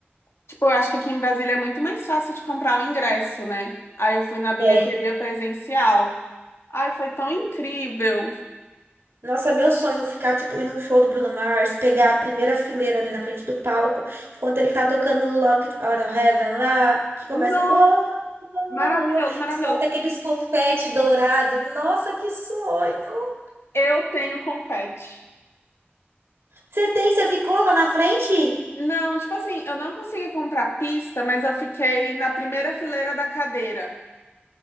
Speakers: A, on the left; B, on the right.
A: tipo, eu acho que aqui em Brasília é muito mais fácil de comprar o ingresso, né? Aí eu fui na bilheteria
B: é.
A: presencial. Ai, foi tão incrível.
B: Nossa, meu sonho ficar, tipo, ir num show do Bruno Mars, pegar a primeira fileira ali na frente do palco, enquanto ele tá tocando Locked Out of Heaven lá, que
A: Nossa,
B: começa. "Uou, uou,
A: maravilhoso,
B: uou",
A: maravilhoso.
B: E solta aqueles confete dourado. Nossa, que sonho!
A: Eu tenho confete.
B: Você tem? Você ficou lá na frente?
A: Não, tipo assim, eu não consegui comprar pista, mas eu fiquei na primeira fileira da cadeira.